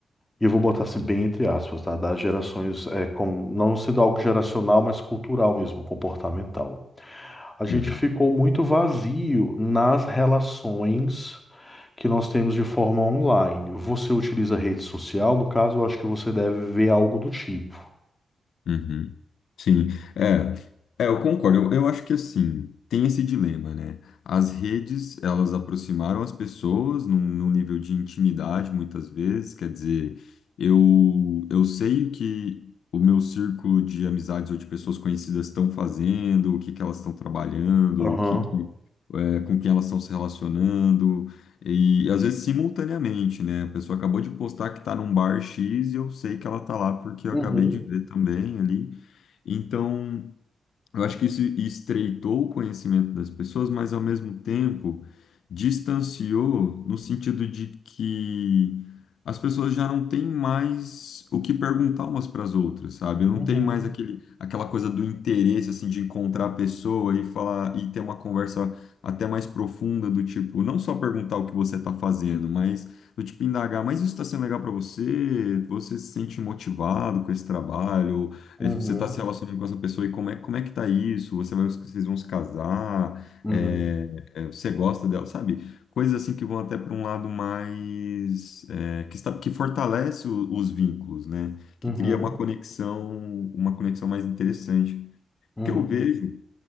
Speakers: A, on the left; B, on the left.
A: e eu vou botar assim bem entre aspas, tá? Das gerações, é, com, não sendo algo geracional, mas cultural mesmo, comportamental. A gente
B: uhum.
A: ficou muito vazio nas relações que nós temos de forma online. Você utiliza rede social, no caso, eu acho que você deve ver algo do tipo.
B: Uhum. Sim, é, é, eu concordo. Eu, eu acho que assim, tem esse dilema, né? As redes, elas aproximaram as pessoas num, num nível de intimidade, muitas vezes. Quer dizer, eu, eu sei que o meu círculo de amizades ou de pessoas conhecidas estão fazendo, o que que elas estão trabalhando,
A: Aham.
B: o que, que é, com quem elas estão se relacionando, e às vezes simultaneamente, né? A pessoa acabou de postar que está num bar X e eu sei que ela está lá porque eu
A: Uhum,
B: acabei de ver também ali. Então, eu acho que isso estreitou o conhecimento das pessoas, mas ao mesmo tempo distanciou no sentido de que as pessoas já não têm mais o que perguntar umas para as outras, sabe? não
A: uhum,
B: tem mais aquele, aquela coisa do interesse assim de encontrar a pessoa e falar e ter uma conversa até mais profunda do tipo, não só perguntar o que você está fazendo, mas do tipo indagar, mas isso está sendo legal para você? Você se sente motivado com esse trabalho?
A: uhum,
B: É, Você está se relacionando com essa pessoa e como é, como é que tá isso? Você vai, vocês vão se casar?
A: uhum,
B: É, é, você gosta dela, sabe? Coisas assim que vão até para um lado mais é, que está, que fortalece o- os vínculos, né? Que
A: uhum,
B: cria uma conexão, uma conexão mais interessante.
A: uhum,
B: Porque eu vejo